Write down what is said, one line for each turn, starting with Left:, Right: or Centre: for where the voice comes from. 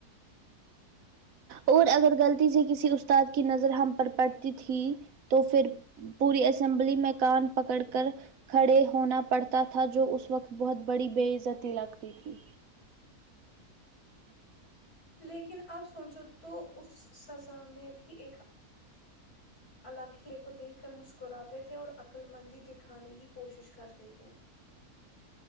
Right: اور اگر غلطی سے کسی استاد کی نظر ہم پر پڑتی تھی تو پھر پوری اسمبلی میں کان پکڑ کر کھڑے ہونا پڑتا تھا جو اس وقت بہت بڑی بیزاتی لگتی تھی
Left: لیکن آپ سوچو تو اس سزا میں بھی ایک الگ ہی کو دیکھ کر مسکراتے تھے اور عقلمندی دکھانے کی کوشش کرتے تھے